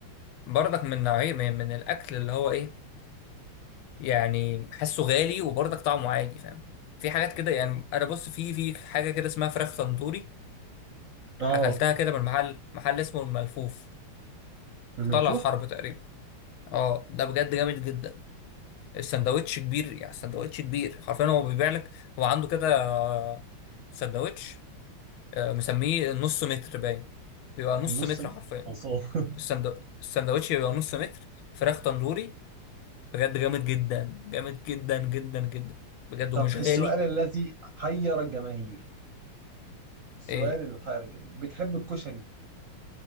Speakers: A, on the left (about 75°); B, on the right (about 55°).
A: برضك من نوعيه من, من الاكل اللي هو ايه يعني حاسه غالي وبرضك طعمه عادي فاهم في حاجات كده يعني انا بص في في حاجه كده اسمها فراخ تندوري
B: اه
A: اكلتها كده من محل محل اسمه الملفوف
B: الملفوف
A: في طلعت حرب تقريبا اه ده بجد جامد جدا السندوتش كبير يعني السندوتش كبير حرفيا هو بيبيع لك هو عنده كده آه، سندوتش آه، مسميه نص متر باين بيبقى نص
B: النص
A: متر
B: متر
A: حرفيا
B: خلصان <laughs>
A: السندو... السندوتش بيبقى نص متر فراخ تندوري بجد جامد جدا جامد جدا جدا جدا بجد
B: طب
A: ومش
B: السؤال
A: غالي
B: الذي حير الجماهير السؤال
A: إيه.
B: اللي حير الجماهير بتحب الكشري